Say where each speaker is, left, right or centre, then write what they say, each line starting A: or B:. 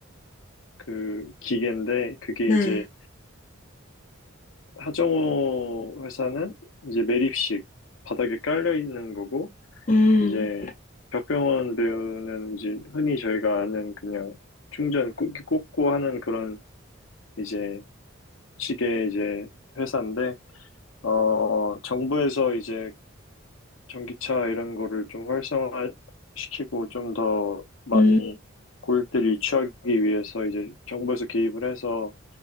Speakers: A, on the left (about 70°); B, on the left (about 35°).
A: 그 기계인데 그게
B: 네.
A: 이제 하정우 회사는 이제 매립식 바닥에 깔려 있는 거고
B: 음,
A: 이제 박병원 배우는 이제 흔히 저희가 아는 그냥 충전 꽂- 꽂고 하는 그런 이제 시계 이제 회사인데 어 정부에서 이제 전기차 이런 거를 좀 활성화시키고 좀 더 많이
B: 음,
A: 고객들이 유치하기 위해서 이제 정부에서 개입을 해서